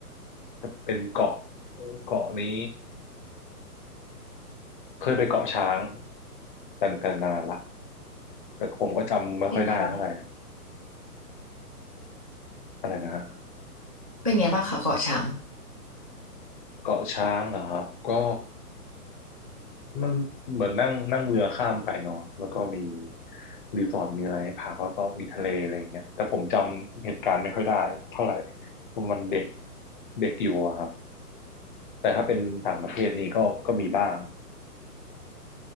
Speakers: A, on the left (about 35°); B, on the right (about 25°).
A: แต่เป็นเกาะเกาะนี้เคยไปเกาะช้างแต่แต่นานละแต่ผมก็จำไม่ค่อยได้เท่าไหร่
B: เป็นไงบ้าง
A: อะไรนะฮะ
B: เป็นไงบ้างคะเกาะช้าง
A: เกาะช้างเหรอครับก็ มันเหมือนนั่งนั่งเรือข้ามไปเนาะแล้วก็มีรีสอร์ทมีอะไรให้พักแล้วก็มีทะเลอะไรอย่างเงี้ยแต่ผมจำเหตุการณ์ไม่ค่อยได้เท่าไหร่มันเด็กเด็กอยู่อะครับแต่ถ้าเป็นต่างประเทศนี่ก็ก็มีบ้าง